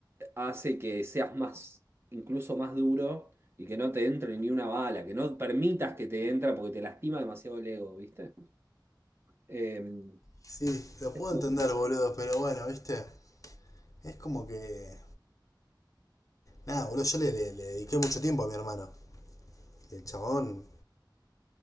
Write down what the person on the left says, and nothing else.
Sí, lo
puedo
entender, boludo, pero bueno, viste. Es como que. Nada, boludo, yo le, le- le dediqué mucho tiempo a mi hermano. Y el chabón